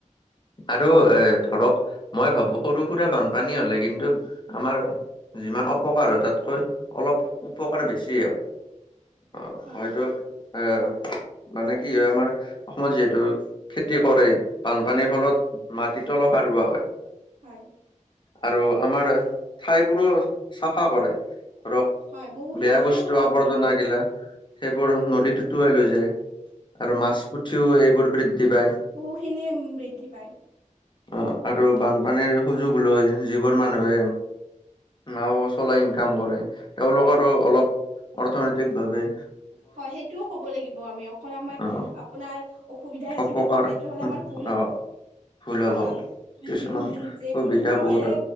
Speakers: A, on the left (about 35°); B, on the right (about 70°).
A: আৰু এ ধৰক মই ভাবোঁ সৰু সুৰা বানপানী হ'লে কিন্তু আমাৰ যিমান অপকাৰ হয় তাতকৈ অলপ উপকাৰ বেছিয় হয়। অহ,
B: হয়
A: হয়তো
B: কথাটো
A: এ মানে কি হয় আমাৰ অসমত যিহেতু খেতি কৰে। বানপানীৰ
B: হয়
A: ফলত মাটিতো অলপ সাৰুৱা হয়।
B: হয়
A: আৰু আমাৰ ঠাইবোৰো চাফা কৰে। ধৰক
B: হয় বহুখিনি
A: বেয়া
B: ঠাই
A: বস্তু
B: চাফা
A: আৱৰ্জনা
B: কৰি নিয়ে হয়
A: গিলা। সেইবোৰ নদী উতুৱাই লৈ যায় আৰু মাছ পুঠিও এইবোৰ বৃদ্ধি পায়
B: বহুখিনিয়ে বৃদ্ধি পায়।
A: অহ, আৰু বানপানীৰ সুযোগ লৈ যিবোৰ মানুহে নাও চলাই ইনকাম কৰে, তেওঁলোকৰো
B: হয়
A: অলপ অৰ্থনৈতিক ভাৱে
B: হয়, সেইটোও ক'ব লাগিব আমি অকল আমাৰ
A: অ
B: আপোনাৰ অসুবিধা সধে
A: অপকাৰ
B: যদি কওঁ সেইটো হ'লে আমাৰ ভুল হ'ব।
A: অ ভুল হ'ব
B: কাৰণ, উম,
A: কিছুমান
B: যিবোৰ
A: সুবিধা
B: নাৱে
A: বহুত